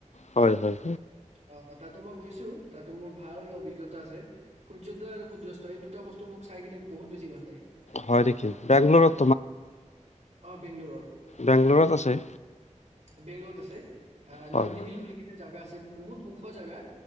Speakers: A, on the left; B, on the right.
A: হয়, হয়
B: অ তাতো মই গৈছো তাতো মোৰ ভাল অভিজ্ঞতা আছে সূৰ্যোদয় আৰু সূৰ্যাস্ত তই দুটাস্তু মোক চাই কিনে বহুত বেছি ভাল লাগে।
A: হয় নেকি বেংগলৰত
B: অ বেংগলোৰত
A: বেংগালোৰত আছে
B: বেংলোৰত ত আছে
A: হয়
B: নন্দীহিল
A: হয়।
B: বুলি কিটা জোগা আছে বহুত ওখ জাগা